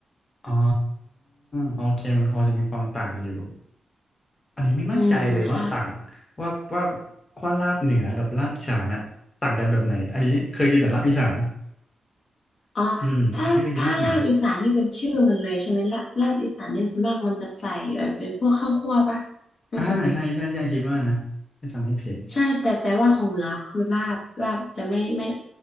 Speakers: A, on the left; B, on the left.
A: อ๋อโอเคมันพอจะมีความต่างอยู่อันนี้ไม่มั่นใจเลยว่าต่าง
B: อืมใช่
A: ว่าว่าว่าลาบเหนือกับลาบอีสานอะต่างกันแบบไหนอันนี้เคยกินแต่ลาบอีสาน
B: อ๋อ
A: อืมแต่ไม่เคยกินลาบเหนือ
B: ถ้าถ้าลาบอีสานนี่เป็นชื่อมันเลยใช่ไหมลาลาบอีสานเนี่ยส่วนมากมันจะใส่เออเป็นพวกข้าวคั่วปะรู้จักไหม
A: อ่าใช่ใช่ใช่คิดว่านะถ้าจำไม่ผิด
B: ใช่แต่แต่ว่าของเหนือคือลาบลาบจะไม่ไม่